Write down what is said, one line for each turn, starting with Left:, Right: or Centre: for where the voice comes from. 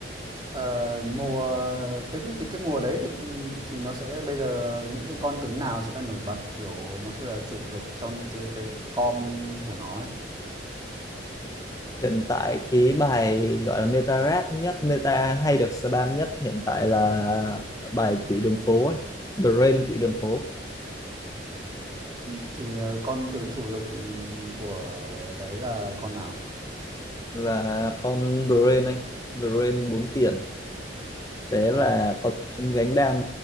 Right: Ờ, mùa thế thì, thì cái mùa đấy thì thì nó sẽ bây giờ những cái con tướng nào sẽ là nổi bật kiểu nó sẽ là chủ lực trong những cái cái com của nó ấy.
Left: hiện tại cái bài gọi là meta rap nhất meta hay được spam nhất hiện tại là bài quỷ đường phố ấy Brain quỷ đường phố
Right: Ừ. Thì ờ, con tướng chủ lực ừ, của đấy là con nào?
Left: là con Brain anh Brain bốn tiền sẽ
Right: À,
Left: là con gánh đam